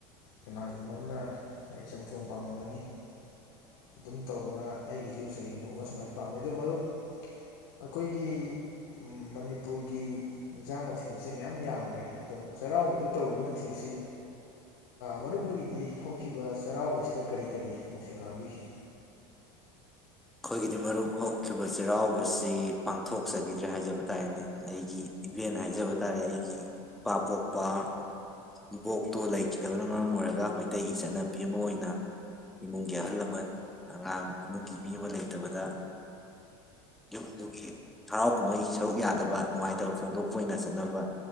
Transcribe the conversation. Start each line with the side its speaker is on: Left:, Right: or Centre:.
Left: ꯀꯅꯥꯒꯨꯝꯕ ꯑꯃꯅ ꯑꯩ ꯆꯝꯊꯣꯡ ꯄꯥꯝꯂꯝꯝꯒꯅꯤ ꯑꯗꯨꯝ ꯇꯧꯕꯅ ꯑꯩꯒꯤꯁꯨ ꯆꯌꯦꯡꯐꯣꯡ ꯑꯃ ꯁꯨꯃꯥꯏꯅ ꯄꯥꯝꯃꯦ ꯑ ꯃꯔꯨꯞ ꯑꯩꯈꯣꯏꯒꯤ ꯃꯅꯤꯄꯨꯔꯒꯤ ꯏꯟꯖꯥꯡ ꯃꯊꯦꯜꯁꯤ ꯃꯌꯥꯝ ꯌꯥꯝꯈ꯭ꯔꯦ ꯑꯣ ꯆꯩꯔꯥꯎꯕꯗ ꯇꯧꯔꯤꯕ ꯃꯊꯦꯜꯁꯤ ꯃꯔꯨꯞꯈꯣꯏꯒꯤꯗꯤ ꯍꯧꯈꯤꯕ ꯆꯩꯔꯥꯎꯕꯁꯤꯗ ꯀꯔꯤ ꯀꯔꯤ ꯃꯊꯦꯜ ꯂꯥꯡꯕꯤꯈꯤ
Centre: ꯑꯩꯈꯣꯏꯒꯤꯗꯤ ꯃꯔꯨꯞ ꯍꯧꯈꯤꯕ ꯆꯩꯔꯥꯎꯕꯁꯤ ꯄꯥꯡꯊꯣꯛꯆꯈꯤꯗ꯭ꯔꯦ ꯍꯥꯏꯖꯕ ꯇꯥꯔꯦꯅꯦ ꯑꯩꯒꯤ ꯏꯚꯦꯟ ꯍꯥꯏꯖꯕ ꯇꯥꯔꯦ ꯑꯩꯒꯤ ꯏꯄꯥ ꯄꯣꯛꯄ ꯏꯕꯣꯛꯇꯣ ꯂꯩꯈꯤꯗꯕꯅ ꯃꯔꯝ ꯑꯣꯏꯔꯒ ꯃꯩꯇꯩꯒꯤ ꯆꯠꯅꯕꯤ ꯑꯃ ꯑꯣꯏꯅ ꯏꯃꯨꯡꯒꯤ ꯑꯍꯜ ꯂꯃꯟ ꯑꯉꯥꯡ ꯏꯃꯨꯡꯒꯤ ꯃꯤꯑꯣꯕ ꯂꯩꯇꯕꯗ ꯌꯨꯝꯗꯨꯒꯤ ꯍꯔꯥꯎ ꯀꯨꯝꯍꯩ ꯁꯔꯨꯛ ꯌꯥꯗꯕ ꯅꯨꯡꯉꯥꯏꯇꯕ ꯐꯣꯡꯗꯣꯛꯄ ꯑꯣꯏꯅ ꯆꯠꯅꯕ